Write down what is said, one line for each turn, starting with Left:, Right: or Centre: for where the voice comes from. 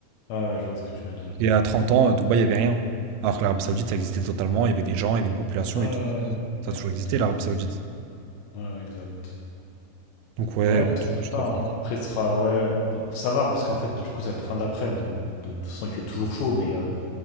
Left: Ouais, ouais, je vois ce que tu veux dire.
Right: Et à 30 ans, à Dubaï, il y avait rien. Alors que l'Arabie Saoudite, ça existait totalement. Il y avait des gens, il y avait une population
Left: Ouais,
Right: et
Left: ouais,
Right: tout.
Left: ouais.
Right: Ça
Left: Ouais,
Right: a toujours
Left: exact,
Right: existé,
Left: exact.
Right: l'Arabie Saoudite.
Left: Ouais, ouais, exact.
Right: Donc, ouais,
Left: Ouais,
Right: on a
Left: peut-être
Right: toujours
Left: faire
Right: des choses
Left: ça.
Right: à
Left: hein.
Right: faire.
Left: Après, ce sera, ouais, ça va, parce qu'en fait, du coup, ça va être fin d'après-midi, donc de toute façon, il fait toujours chaud, mais euh,